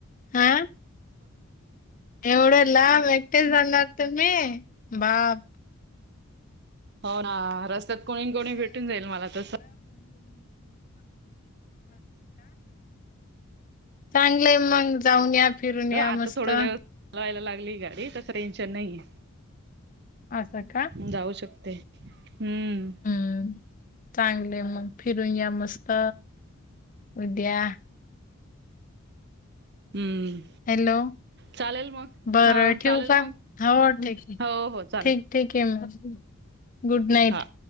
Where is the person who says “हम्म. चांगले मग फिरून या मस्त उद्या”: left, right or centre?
Left